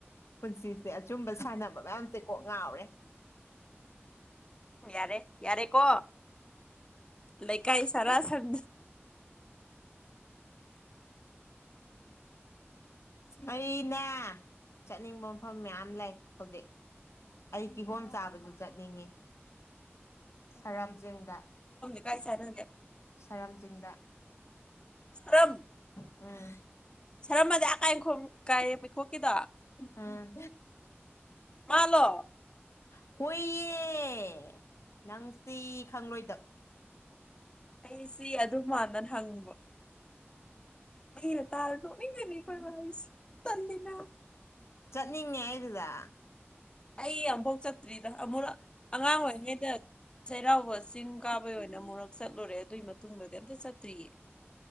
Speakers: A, on the left; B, on the left.
A: ꯄꯨꯟꯁꯤꯁꯦ ꯑꯆꯨꯝꯕ ꯁꯥꯟꯅꯕ ꯃꯌꯥꯝꯁꯦ ꯀꯣꯛ ꯉꯥꯎꯔꯦ
B: ꯌꯥꯔꯦ ꯌꯥꯔꯦ ꯀꯣ ꯂꯩꯀꯥꯏ ꯁꯔꯥꯁꯟ
A: ꯑꯩꯅꯦ ꯆꯠꯅꯤꯡꯕ ꯃꯐꯝ ꯃꯌꯥꯝ ꯂꯩ ꯍꯧꯖꯤꯛ ꯑꯩ ꯀꯤꯍꯣꯝ ꯆꯥꯕꯁꯨ ꯆꯠꯅꯤꯡꯉꯤ ꯁꯔꯥꯝꯆꯤꯡꯗ
B: ꯀꯥꯢ ꯆꯥꯅꯥꯅꯤ
A: ꯁꯔꯝꯆꯤꯡꯗ
B: ꯁꯔꯝ
A: ꯑꯝ
B: ꯁꯔꯃꯥꯗꯤ ꯑ ꯀꯥꯏꯔꯦꯡꯈꯣꯡ ꯀꯥꯏꯔꯦꯝꯈꯣꯛꯀꯤꯗꯣ
A: ꯎꯝ
B: ꯃꯥꯜꯂꯣ
A: ꯍꯣꯏꯌꯦ ꯅꯪꯁꯤ ꯈꯪꯂꯣꯏꯗ
B: ꯑꯩꯁꯤ ꯑꯗꯨ ꯃꯥꯟꯗꯅ ꯍꯪꯕ ꯃꯤꯅꯥ ꯇꯔꯥ ꯅꯣꯛꯅꯤꯡꯗꯣꯏꯅꯤ ꯈꯣꯏ ꯋꯔꯤꯁꯦ ꯇꯟꯗꯦꯅ
A: ꯆꯠꯅꯤꯡꯉꯦ ꯑꯩꯗꯨꯗ
B: ꯑꯩ ꯑꯝꯚꯧ ꯆꯠ ꯇ꯭ꯔꯤꯗ ꯑꯉꯥꯡ ꯑꯣꯢꯔꯤꯉꯩꯗ ꯆꯩꯔꯥꯎꯕ ꯆꯤꯡ ꯀꯥꯕꯩ ꯑꯣꯏꯅ ꯑꯃꯨꯔꯛ ꯆꯠꯂꯨꯔꯦ ꯑꯗꯨꯏ ꯃꯇꯨꯡꯗꯗꯤ ꯑꯝꯇ ꯆꯠꯇ꯭ꯔꯤꯌꯦ